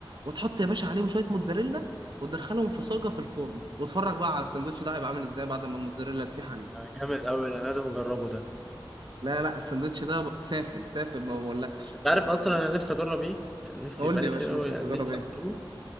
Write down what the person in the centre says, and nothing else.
جامد قوي انا لازم اجربه ده
انت عارف اصلا انا نفسي اجرب ايه يعني نفسي
بقالي
كتير
قوي
يعني
نفسي
اجربه